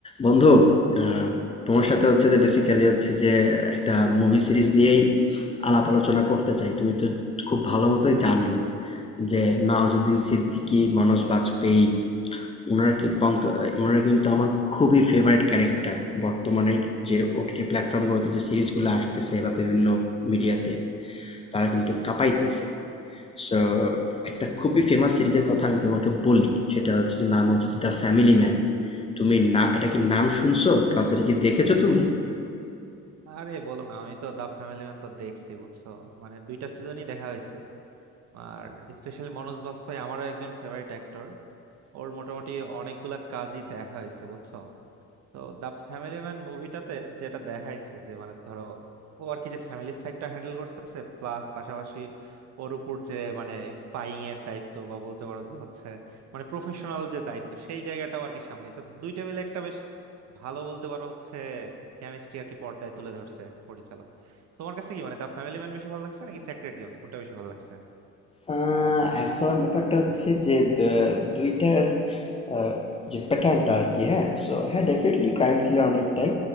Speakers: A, on the left; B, on the right.
A: বন্ধু আহ, তোমার সাথে হচ্ছে যে বেসিক্যালি হচ্ছে যে একটা মুভি সিরিজ নিয়েই আলাপ আলোচনা করতে চাই তুমি তো খুব ভালো মতোই জানো যে নওয়াজুদ্দিন সিদ্দিকী মনোজ বাজপেয়ী ওনারা কি পঙ্ক ওনারা কিন্তু আমার খুবই ফেভারিট ক্যারেক্টার বর্তমানে যে ওটিটি প্ল্যাটফর্মগুলোতে যে সিরিজগুলো আসতেছে বা বিভিন্ন মিডিয়াতে তারা কিন্তু কাঁপাইতেছে সো একটা খুবই ফেমাস সিরিজের কথা আমি তোমাকে বলি সেটা হচ্ছে যে নাম হচ্ছে দ্য ফ্যামিলি ম্যান তুমি না এটা কি নাম শুনছো প্লাস এটা কি দেখেছো তুমি
B: আরে বলো না আমি তো দা ফ্যামিলি ম্যান তো দেখছি বুঝছো মানে দুইটা সিজনই দেখা হয়েছে আর স্পেশালি মনোজ বাজপেয়ী আমারও একজন ফেভারিট অ্যাক্টর ওর মোটামুটি অনেকগুলা কাজই দেখা হয়েছে বুঝছো তো দা ফ্যামিলি ম্যান মুভিটাতে যেটা দেখাইছে যে মানে ধরো ও আর কি যে ফ্যামিলির সাইডটা হ্যান্ডেল করতেছে প্লাস পাশাপাশি ওর উপর যে মানে স্পাইং এর দায়িত্ব বা বলতে পারো যে হচ্ছে মানে প্রফেশনাল যে দায়িত্ব সেই জায়গাটাও আর কি সামলাইছে তো দুইটা মিলে একটা বেশ ভালো বলতে পারো হচ্ছে কেমিস্ট্রি আর কি পর্দায় তুলে ধরছে পরিচালক তোমার কাছে কি মানে দা ফ্যামিলি ম্যান বেশি ভালো লাগছে নাকি সেক্রেট গেমস কোনটা বেশি ভালো লাগছে
A: আহ, এখন ব্যাপারটা হচ্ছে যে দ- দুইটার আহ, যে প্যাটার্নটা আর কি হ্যাঁ সো হ্যাঁ ডেফিনেটলি ক্রাইম থ্রিলার অনেকটাই